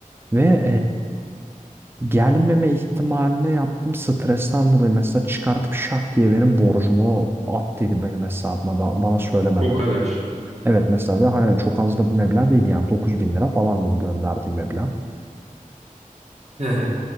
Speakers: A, on the right; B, on the right.
A: Ve e, gelmeme ihtimaline yaptım stresten dolayı mesela çıkartıp şak diye benim borcumu attıydı benim hesabıma ba- bana söylemeden.
B: O kadar.
A: Evet mesela ve hani çok az da bir meblağ değildi yani 9 bin lira falandı bu gönderdiğim meblağ.
B: Hı hı.